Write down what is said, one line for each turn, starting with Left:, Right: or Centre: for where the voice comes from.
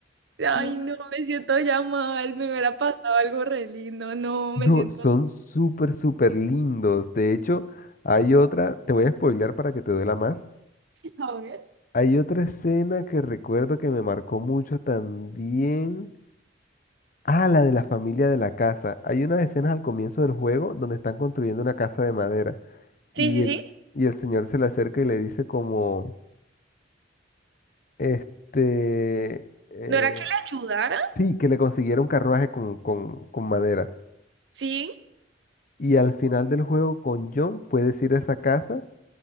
Right: Ay,
Left: <laughs>
Right: no, me siento ya mal, me hubiera pasado algo re lindo, no,
Left: No,
Right: me siento...
Left: son súper, súper lindos. De hecho, hay otra, te voy a spoilear para que te duela más.
Right: <laughs> A ver.
Left: Hay otra escena que recuerdo que me marcó mucho también. Ah, la de la familia de la casa. Hay unas escenas al comienzo del juego donde están construyendo una casa de madera
Right: Sí,
Left: y
Right: sí,
Left: el,
Right: sí.
Left: y el señor se le acerca y le dice como, este, eh,
Right: ¿No era que le ayudara?
Left: sí, que le consiguiera un carruaje con, con, con madera.
Right: Sí.
Left: Y al final del juego con John puedes ir a esa casa